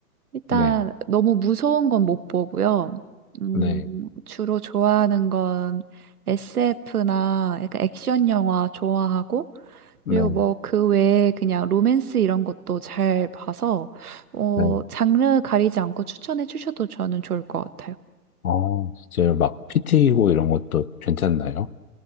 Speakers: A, on the right (about 60°); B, on the left (about 60°).
A: 일단
B: 네,
A: 너무 무서운 건 못 보고요. 음,
B: 네,
A: 주로 좋아하는 건 SF나 약간 액션 영화 좋아하고
B: 네,
A: 그리고 뭐 그 외에 그냥 로맨스 이런 것도 잘 봐서 어,
B: 네.
A: 장르 가리지 않고 추천해 주셔도 저는 좋을 것 같아요.
B: 어, 진짜요. 막 피 튀기고 이런 것도 괜찮나요?